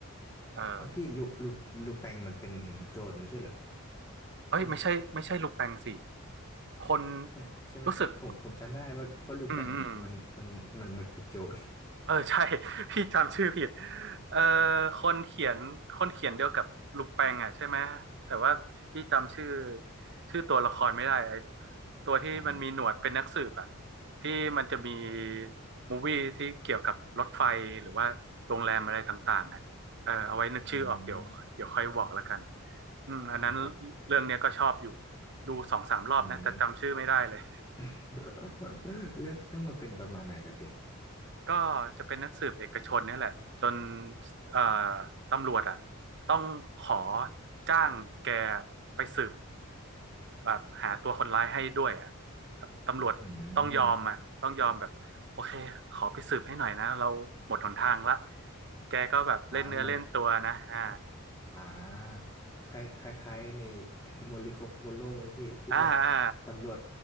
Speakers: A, on the right; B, on the left.
A: เออ
B: อ่ะพี่ลูลูลูแปงมันเป็นโจรไม่ใช่เหรอ
A: เอ้ยไม่ใช่ไม่ใช่ลูแปงสิ
B: ใช่ไหม
A: คน
B: ใช่ใช่ไหมผมผมจำได้ว่าว่าลูแปงมันมันมันมันเป็นโจร
A: รู้สึกอืมอืม เออใช่ <laughs> พี่จำชื่อผิดเออคนเขียนคนเขียนเดียวกับลุงแปงอ่ะใช่ไหมแต่ว่าพี่จำชื่อชื่อตัวละครไม่ได้ไอ้
B: <laughs>
A: ตัวที่มันมีหนวดเป็นนักสืบอ่ะ
B: อ๋อ
A: ที่มันจะมีมูวี่ที่เกี่ยวกับรถไฟหรือว่าโรงแรมอะไรต่างๆอ่ะเออเอาไว้นึกชื่อออกเดี๋ยวเดี๋ยวค่อยบอกแล้วกัน
B: อืม
A: อืมอันนั้น
B: โอเคครับ
A: เรื่องเนี้ยก็ชอบอยู่ดูสองสามรอบนะแต่จำชื่อไม่ได้เลย
B: อืม <laughs> เรื่องเรื่องมันเป็นประมาณไหนครับพี่
A: ก็จะเป็นนักสืบเอกชนเนี่ยแหละจนเอ่อตำรวจอ่ะต้องขอจ้างแกไปสืบแบบหาตัวคนร้ายให้ด้วยอ่ะแบบตำรวจต้องยอมอ่ะต้องยอมแบบโอเคขอไปสืบให้หน่อยนะเราหมดหนทางละ
B: อืม
A: แกก็แบบเล่นเนื้อเล่นตัวนะอ่า
B: อ่าเหมือนอ่าคล้ายคล้ายคล้ายใน <laughs> โมริโคโคโร่ไหมพี่ที่แบบ
A: อ่าอ่า
B: ตำรวจ